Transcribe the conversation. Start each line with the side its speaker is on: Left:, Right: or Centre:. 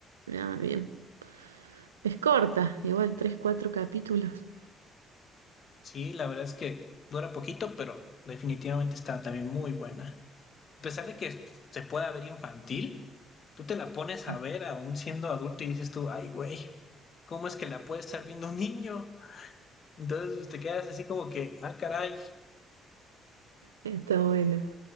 Right: Ah, bien. Es corta, igual, tres, cuatro capítulos.
Left: Sí, la verdad es que dura poquito, pero definitivamente está también muy buena. A pesar de que se pueda ver infantil, tú te la pones
Right: Ah,
Left: a ver aún siendo adulto y dices tú, ay, güey, ¿cómo es que la puede estar viendo un niño? Entonces pues, te quedas así como que, ah, caray,
Right: Está bueno.